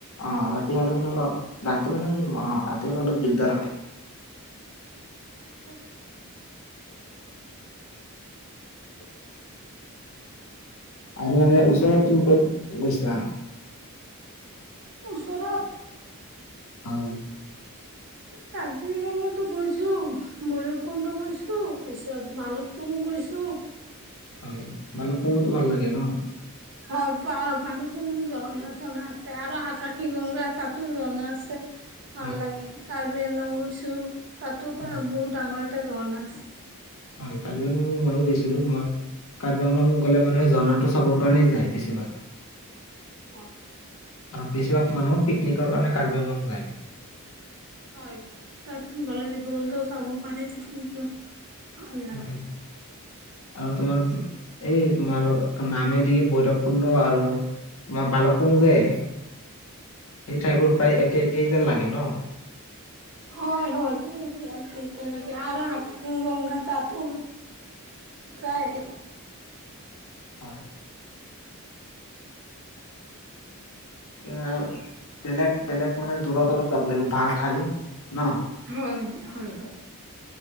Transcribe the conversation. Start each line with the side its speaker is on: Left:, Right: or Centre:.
Left: অ'
Right: নবই
Left: ৰাতি হ'লে মানে অলপ ৰাতি মানে অ' ৰাতি হ'লে অলপ দিগদাৰ হয়।
Right: সচ <unintelligible> <unintelligible>
Left: আৰু এনে ওচৰত তুমি ক'ত গৈছা?
Right: ওচৰত
Left: হয়।
Right: কাজিৰঙাটো গৈছোঁ, ভৈৰৱকুণ্ড গৈছোঁ পিছত ভালুকপুং গৈছোঁ।
Left: হয় ভালুকপুঙটো ভাল লাগে ন।
Right: হয় ভালুকপুং ঝৰ্না আছে আৰু আকাশী গংগা তাতো ঝৰ্না আছে।
Left: <inaudible>
Right: ভাল লাগে, কাৰ্বি আংলং গৈছোঁ তাতো
Left: হয়
Right: বহুত ডাঙৰ এটা ঝৰ্ণা আছে।
Left: হয় কাৰ্বি আংলং ময়ো গৈছিলোঁ। তোমাৰ কাৰ্বি আংলং গ'লে মানুহে ঝৰ্নাটো চাবৰ কাৰণেই যায় বেছিভাগে।
Right: হয়।
Left: আৰু বেছিভাগ মানুহ পিকনিকৰ কাৰণে কাৰ্বি আংলং যায়।
Right: হয়, তাত গ'লে জীৱ জন্তুও চাব পাৰে পিকনিকটো ভাল লাগে
Left: হয় আৰু তোমাৰ, এই তোমাৰ নামেৰি, ভৈৰৱকুণ্ড আৰু তোমাৰ ভালুকপুং যে সেই ঠাইবোৰ প্ৰায় একে একেইজেন লাগে ন।
Right: হয়, হয়। কি একে একে লাগে আৰু আকাশীগংগা তাতো প্ৰায় একে।
Left: হয়। এতিয়া বেলেগ বেলেগ মানে দূৰত অলপ যাব লাগিব ভাল ঠাই ন।
Right: হয়, হয়, হয়।